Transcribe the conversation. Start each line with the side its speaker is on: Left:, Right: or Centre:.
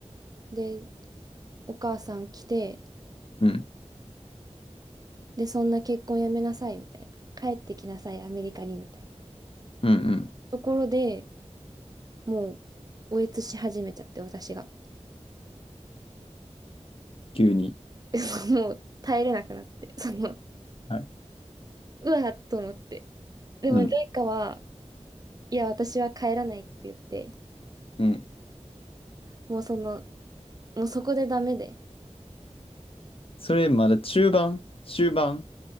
Right: で、お母さん来て、
Left: うん、
Right: で、そんな結婚やめなさい、みたいな。帰ってきなさい、アメリカに、みたいな。
Left: うん、うん。
Right: ところで、もう、おえつし始めちゃって、私が。
Left: 急に。
Right: <laughs> そうもう、耐えれなくなって。その、
Left: はい。
Right: うわっと思って。でも、
Left: うん、
Right: ジョイカは、いや、私は帰らないって言って、
Left: うん。
Right: もうその、もうそこでダメで、
Left: それまだ中盤終盤